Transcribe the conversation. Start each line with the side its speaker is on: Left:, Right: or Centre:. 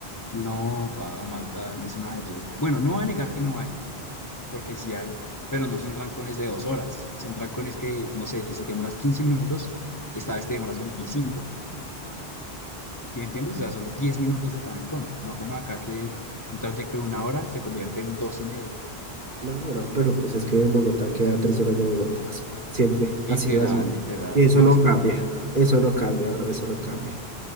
Left: No, pa, Malta es una belleza. Bueno, no voy a negar que no hay. porque sí hay, pero no son trancones de dos horas, son trancones que, no sé, si te demoras 15 minutos, esta vez te demoras 25, ¿sí me entiendes? O sea, son 10 minutos de trancón, no como acá que un trayecto de una hora se convierte en dos y media.
Right: No, bro, pero pues es que Bogotá queda a tres horas de Bogotá, o sea, siempre ha
Left: Literal,
Right: sido así.
Left: literal.
Right: Y eso
Left: No,
Right: no
Left: es que
Right: cambia,
Left: es demasiado.
Right: eso no cambia, bro, eso no cambia.